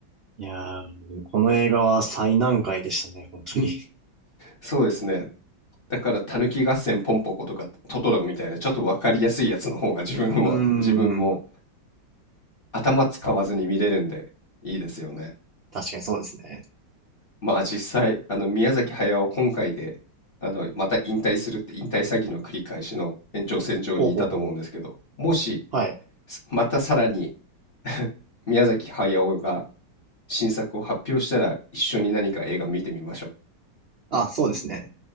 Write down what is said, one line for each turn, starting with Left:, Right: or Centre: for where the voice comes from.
Right: いやー、この映画は最難解でしたね、本当に。
Left: そうですね。だから「たぬき合戦ポンポコ」とか「トトロ」みたいなちょっと分かりやすいやつの方が自分は自分も
Right: <laughs> うーん。
Left: 頭使わずに見れるんでいいですよね。
Right: 確かにそうですね。
Left: まあ実際あの宮崎駿今回であのまた引退するって引退詐欺の繰り返しの延長線上にいたと思うんですけどもし
Right: ほうほうほう。はい。
Left: またさらに <laughs> 宮崎駿が新作を発表したら一緒に何か映画見てみましょう
Right: あ、そうですね。